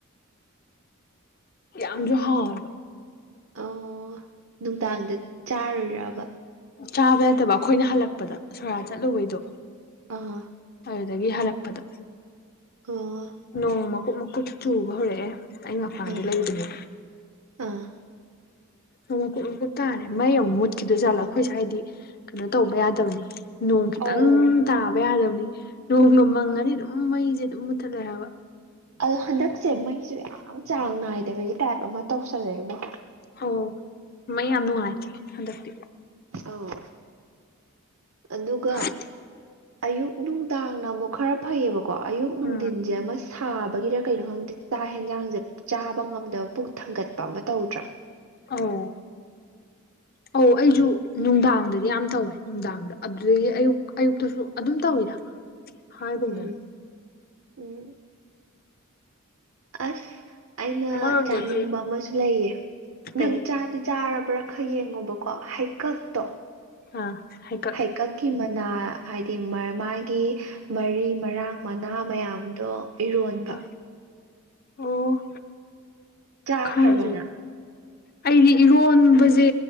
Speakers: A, on the left; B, on the right.
A: ꯌꯥꯝ ꯖꯣꯍꯥꯎꯑ
B: ꯑꯣ ꯅꯨꯡꯗꯥꯡꯗ ꯆꯥꯔꯣꯏꯔꯕ
A: ꯆꯥꯕ ꯅꯠꯇꯕ ꯑꯩꯈꯣꯏꯅ ꯍꯜꯂꯛꯄꯗ ꯁꯣꯔꯥꯠ ꯆꯠꯂꯨꯕꯩꯗꯣ
B: ꯑ
A: ꯑꯗꯨꯗꯒꯤ ꯍꯜꯂꯛꯄꯗ
B: ꯑꯣ
A: ꯅꯣꯡ ꯃꯀꯨꯞ ꯃꯀꯨꯞ ꯆꯨꯕ ꯍꯧꯔꯛꯑꯦ ꯑꯩ ꯃ ꯐꯥꯟꯗ
B: ꯑꯥ
A: ꯂꯩꯗꯅꯤ
B: ꯑꯥ
A: ꯑꯃꯛ ꯀꯨꯇꯥꯔꯦ ꯃꯩ ꯑꯃꯨꯛ ꯃꯨꯠꯈꯤꯗꯨ ꯆꯂꯛ ꯑꯩꯈꯣꯏ ꯁ꯭ꯋꯥꯏꯗꯤ ꯀꯩꯅꯣ ꯇꯧꯕ ꯌꯥꯗꯕꯅꯤ ꯅꯣꯡ ꯈꯤꯇꯪ
B: ꯑꯧ
A: ꯇꯥꯕ ꯌꯥꯗꯕꯅꯤ ꯅꯣꯡ ꯂꯨ ꯃꯪꯉꯗꯤ ꯑꯗꯨꯝ ꯃꯩꯁꯦ ꯑꯗꯨꯝ ꯃꯨꯠꯊꯠꯂꯦ ꯍꯥꯏꯕ
B: ꯑꯗꯣ ꯍꯟꯗꯛꯁꯦ ꯃꯩꯁꯨ ꯌꯥꯝ ꯆꯥꯡ ꯅꯥꯏꯗꯕꯒꯤ ꯇꯥꯏꯞ ꯑꯃ ꯇꯧꯁꯜꯂꯛꯏꯕꯣ
A: ꯑꯣ ꯃꯩ ꯌꯥꯝꯅꯅꯨꯡꯉꯥꯏꯇ ꯍꯟꯗꯛꯇꯤ
B: ꯑꯥꯎ ꯑꯗꯨꯒ
A: ꯅꯨꯡꯉꯥꯏꯇꯦ
B: ꯑꯌꯨꯛ ꯅꯨꯡꯗꯥꯡꯅ ꯑꯃꯨꯛ ꯈꯔ ꯐꯩꯌꯦꯕꯀꯣ ꯑꯌꯨꯛ ꯅꯨꯡꯊꯤꯟꯁꯦ
A: ꯎꯝ
B: ꯑꯃ ꯁꯥꯕꯒꯤꯔ ꯀꯩꯅꯣ ꯈꯪꯗꯦ ꯆꯥꯛ ꯌꯦꯦꯟꯖꯥꯡꯁꯦ ꯆꯥꯕ ꯉꯝꯗꯕ ꯄꯨꯛ ꯊꯥꯡꯒꯠꯄ ꯑꯃ ꯇꯧꯗ꯭ꯔꯥ
A: ꯑꯧ ꯑꯧ ꯑꯩꯁꯨ ꯅꯨꯡꯗꯥꯡꯗꯗꯤ ꯌꯥꯝ ꯇꯧꯋꯦ ꯅꯨꯡꯗꯥꯡꯗ ꯑꯗꯨꯗꯒꯤ ꯑꯌꯨꯛ ꯑꯌꯨꯛꯇꯁꯨ ꯑꯗꯨꯝ ꯇꯧꯋꯤꯗ ꯍꯥꯏꯒꯨꯝꯗꯅ
B: ꯎꯝ ꯎꯝ ꯑꯁ ꯑꯩꯅ
A: ꯑꯃꯔꯣꯝꯗꯗꯤ
B: ꯆꯥꯅꯤꯡꯕ ꯑꯃꯁꯨ ꯂꯩꯌꯦ ꯅꯪ
A: ꯀꯩ
B: ꯆꯥ ꯆꯥꯔꯕ꯭ꯔꯥ ꯈꯔ ꯌꯦꯡꯉꯨꯕꯀꯣ ꯍꯩꯀꯛꯇꯣ
A: ꯑ ꯍꯥꯏ
B: ꯍꯩꯀꯛꯀꯤ ꯃꯅꯥ ꯍꯥꯏꯗꯤ ꯃꯥꯒꯤ ꯃꯔꯤ ꯃꯔꯥꯡ ꯃꯅꯥ ꯃꯌꯥꯝꯗꯣ ꯏꯔꯣꯟꯕ
A: ꯑ ꯑꯣ
B: ꯆꯥꯈ꯭ꯔꯕꯅ
A: ꯈꯪ ꯑꯩꯗꯤ ꯏꯔꯣꯟꯕꯁꯦ